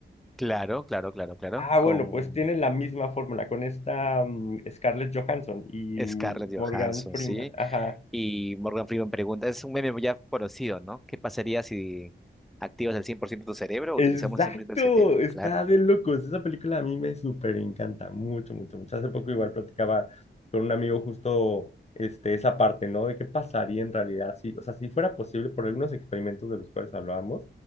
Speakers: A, in the centre; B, on the left.
A: Claro, claro, claro, claro.
B: Ah,
A: Con
B: bueno, pues tiene la misma fórmula con esta mm, Scarlett Johansson y
A: Scarlett Johansson,
B: Morgan Freeman.
A: sí.
B: Ajá.
A: Y Morgan Freeman pregunta, es un meme ya conocido, ¿no? ¿Qué pasaría si activas el 100% de tu cerebro o
B: Exacto,
A: utilizamos el 100% del cerebro?
B: está
A: Claro.
B: de locos. Esa película a mí me súper encanta, mucho, mucho, mucho. Hace poco igual platicaba con un amigo justo este, esa parte, ¿no? De qué pasaría en realidad si, o sea, si fuera posible, por algunos experimentos de los cuales hablábamos,